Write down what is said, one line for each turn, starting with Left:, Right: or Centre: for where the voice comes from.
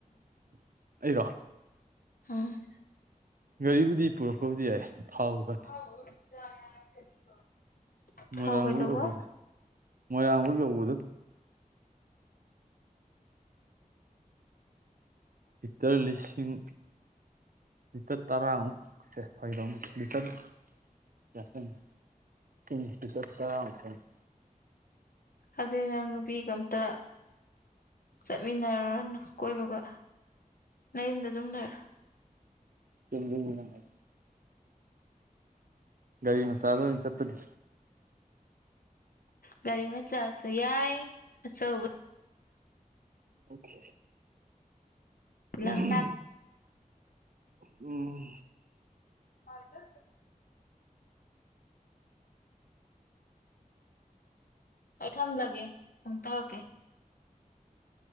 Right: ꯑꯩꯔꯣ
Left: ꯑꯝ
Right: ꯒꯥꯔꯤꯕꯨꯗꯤ ꯄꯨꯔꯛꯄꯕꯨꯗꯤ ꯌꯥꯏ ꯊꯥꯎ ꯐꯅꯤ
Left: <inaudible>
Right: ꯃꯣꯏꯔꯥꯡꯐꯧ
Left: ꯊꯥꯎ ꯀꯩꯗꯧꯕ
Right: ꯌꯧꯕꯗ ꯃꯣꯏꯔꯥꯡꯐꯧ ꯌꯧꯕꯗ ꯂꯤꯇꯔ ꯂꯤꯁꯤꯡ ꯂꯤꯇꯔ ꯇꯔꯥꯃꯨꯛ ꯁꯦ ꯍ ꯂ ꯂꯤꯇꯔ ꯌꯥꯔ ꯆ
Left: ꯑꯗꯨꯏ ꯅꯪ ꯅꯨꯄꯤꯒ ꯑꯝꯇ ꯆꯠꯃꯤꯟꯅꯔꯨꯔꯅꯨ ꯀꯣꯏꯕꯒ ꯅꯌꯨꯝꯗ ꯗꯨꯝ ꯂꯩꯔꯣ
Right: <unintelligible> ꯒꯥꯔꯤ ꯃꯆꯥꯗ ꯑꯣꯏ ꯆꯠꯄꯗꯤ
Left: ꯒꯥꯔꯤ ꯃꯆꯥꯁꯨ ꯌꯥꯏ ꯑꯆꯧꯕ
Right: ꯑꯣꯈꯦ <unintelligible>
Left: ꯂꯝ ꯌꯥꯏ꯫
Right: ꯎꯝ
Left: <unintelligible> ꯑꯩ ꯊꯝꯂꯒꯦ ꯑꯃꯨ ꯇꯧꯔꯛꯀꯦ